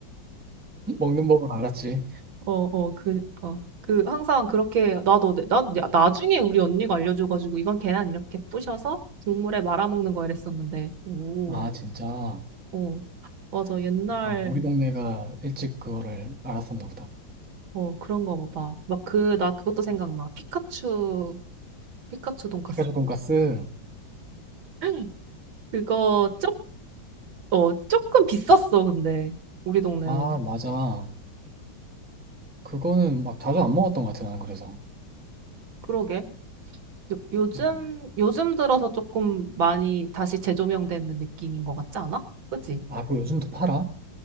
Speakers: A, in the centre; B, on the right.
A: 먹는 법은 알았지.
B: 어, 어, 그니까. 그, 항상 그렇게, 나도, 내- 나, 야, 나중에 우리 언니가 알려줘가지고, 이건 계란 이렇게 부셔서 국물에 말아먹는 거 이랬었는데. 오,
A: 아, 진짜.
B: 어. 맞아, 옛날,
A: 약간 우리 동네가 일찍 그거를 알았었나 보다.
B: 어, 그런 거 보다. 막 그, 나 그것도 생각나. 피카츄, 피카츄 돈까스.
A: 피카츄 돈까스.
B: <gasps> <laughs> 그거, 쪽, 어, 조금 비쌌어, 근데. 우리 동네는.
A: 아, 맞아. 그거는 막 자주 안 먹었던 것 같아, 나는 그래서.
B: 그러게. 요, 요즘,
A: 음.
B: 요즘 들어서 조금 많이 다시 재조명되는 느낌인 것 같지 않아? 그지?
A: 아, 그거 요즘도 팔아?